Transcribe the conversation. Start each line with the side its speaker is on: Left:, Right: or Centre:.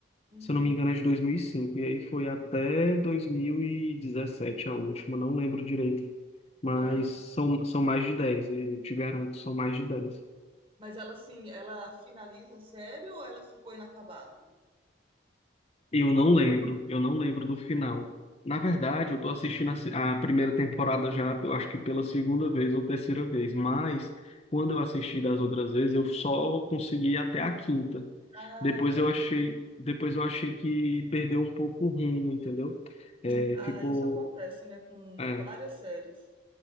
Right: Uhum.
Left: se eu não me engano, é de dois mil e cinco e aí foi até 2017 a última, não lembro direito, mas
Right: Ah,
Left: são, são mais de 10 eu te garanto, são mais de dez
Right: mas ela, assim, ela finaliza a série ou ela ficou inacabada?
Left: Eu não lembro, eu não lembro do final. Na verdade, eu tô assistindo a, se- a primeira temporada já, eu acho que pela segunda vez ou terceira vez, mas quando eu assisti das outras vezes, eu só consegui ir até a quinta.
Right: Ah,
Left: Depois
Right: tá.
Left: eu achei, depois eu achei que perdeu um pouco o rumo, entendeu? É,
Right: Hum, Ah,
Left: ficou.
Right: isso acontece, né, com
Left: é,
Right: várias séries.